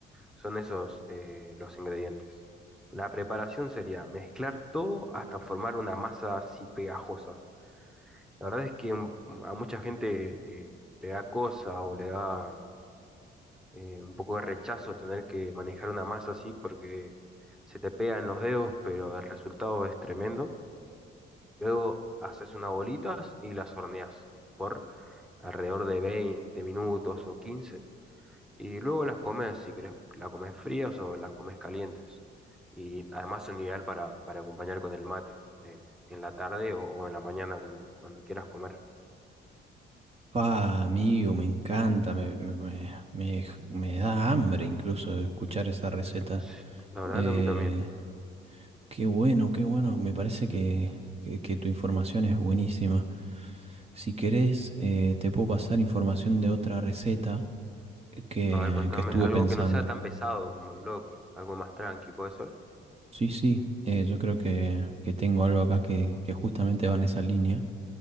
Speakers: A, in the centre; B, on the right.
A: Son esos eh, los ingredientes. La preparación sería mezclar todo hasta formar una masa así pegajosa. La verdad es que mm, a mucha gente eh, le da cosa o le da eh, un poco de rechazo tener que manejar una masa así porque se te pegan los dedos, pero el resultado es tremendo. Luego haces unas bolitas y las horneas por alrededor de 20 minutos o 15 y luego las comes, si querés, las comes frías o las comes calientes. Y además son ideal para, para acompañar con el mate, eh, en la tarde o, o en la mañana cuando, cuando quieras comer.
B: Pa, amigo, me encanta, me, me- me- me- me da hambre incluso escuchar esa receta.
A: Sí, La verdad
B: Eh,
A: que a mí también, eh.
B: qué bueno, qué bueno, me parece que, que- que tu información es buenísima. Si querés, eh, te puedo pasar información de otra receta que,
A: A ver, contame,
B: que estuve
A: algo
B: pensando.
A: que no sea tan pesado como el locro, algo más tranqui, ¿puede ser?
B: Sí, sí, eh, yo creo que, que tengo algo acá que, que justamente va en esa línea,